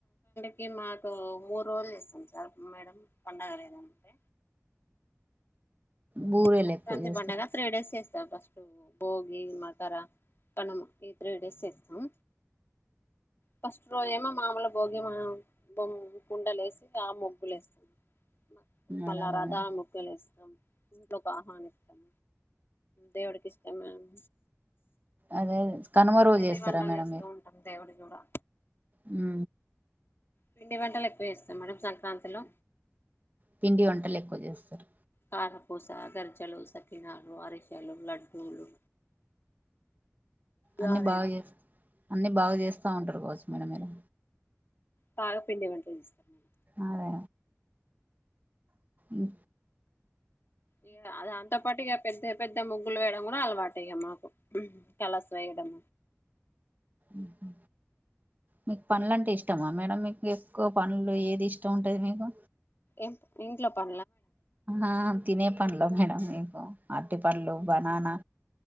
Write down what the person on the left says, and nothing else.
ఇగ మాకు మూడు రోజులు చెస్తాం సర్ మేడం పండగ లేదంటే
సంక్రాంతి
పండగ త్రీ డేస్ చేస్త పస్ టు బోగి మకర తను ఈ త్రీ డేస్ చేస్తాం ఫస్ట్ రోజేమో మామూలు భోగి మా మ్ బొం కుండలేసి ఆ మొగ్గులేస్తాం మ మళ్ళ
రథా
ముగ్గులేస్తాం ఇంట్లోకి ఆహ్వానిస్తం దేవుడికి ఇష్టం మామ్
పిండి
వంటలు
జేస్తూ ఉంటాం దేవుడి కూడా
పిండి వంటలు ఎక్కువ ఏస్తాం మేడం సంక్రాంతిలో
కారపూస గరిచెలు సకినాలు అరిసలు లడ్డూలు గారెలు
పాగా పిండి వంటలు జేస్తాం మేం
ఇగ అదాంతో పాటు ఇగ పెద్ద పెద్ అంటే ముగ్గులు వేయడం కూడా అలవాటే ఇగ మాకు కలస్ వేయడం
ఎం ఇంట్లో పా